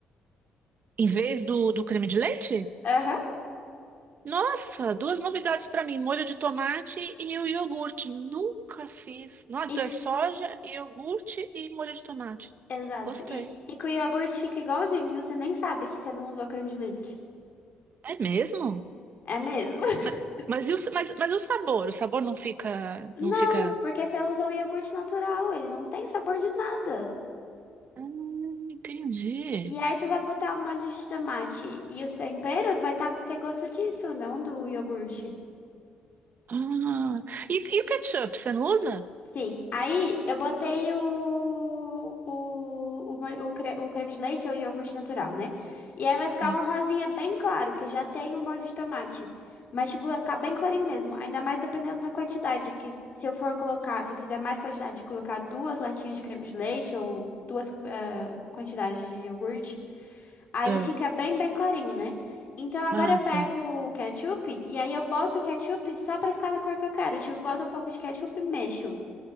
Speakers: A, on the right (about 50°); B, on the left (about 50°).
A: em vez do, do creme de leite?
B: Aham.
A: Nossa, duas novidades para mim, molho de tomate e o iogurte. Nunca fiz. Não, então
B: E- f-
A: é soja, iogurte e molho de tomate.
B: exato.
A: Gostei.
B: E, e com o iogurte fica igualzinho, viu? Você nem sabe que você não usou creme de leite.
A: É mesmo?
B: É mesmo? <laughs>
A: Ma- Mas, e o, sa- mas, mas e o sabor? O sabor não fica,
B: Não,
A: não fica.
B: porque você usa o iogurte natural, ele não tem sabor de nada.
A: Hum, entendi.
B: E aí tu vai botar o molho de tomate e os temperos vai tá- ter gosto disso, não do iogurte.
A: Ah, e, e o ketchup, você não usa?
B: Sim. Aí eu botei o, o, o, mole- o, cre- o creme de leite ou iogurte natural, né? E aí vai
A: Sim.
B: ficar uma rosinha bem claro, porque já tem o molho de tomate. Mas, tipo, vai ficar bem clarinho mesmo. Ainda mais dependendo da quantidade. Porque se eu for colocar, se eu fizer mais quantidade de colocar duas latinhas de creme de leite ou duas eh, quantidades de iogurte, aí
A: Ah,
B: fica bem, bem clarinho, né? Então agora
A: ah,
B: eu pego
A: tá.
B: o ketchup e aí eu boto o ketchup só pra ficar da cor que eu quero. Tipo, boto um pouco de ketchup e mexo